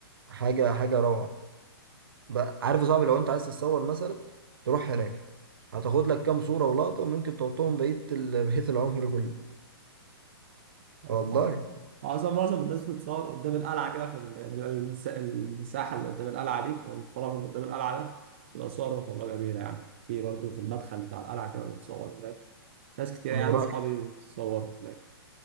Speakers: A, on the right; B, on the right.
A: حاجه حاجه روعه بقى عارف يا صاحبي لو انت عايز تتصور مثلا تروح هناك هتاخد لك كام صورة ولقطة ممكن تحطهم بقية ال- بقية العمر كله
B: <laughs>
A: والله
B: معظم معظم الناس بتتصور قدام القلعة كده في ال- يعني ال- الس- المساحة اللي قدام القلعة دي أو الفراغ اللي قدام القلعة ده تبقى صور والله جميلة يعني في برضه في المدخل بتاع القلعة كده بتصور هناك ناس كتير
A: الموضوع
B: يعني أصحابي بتصور هناك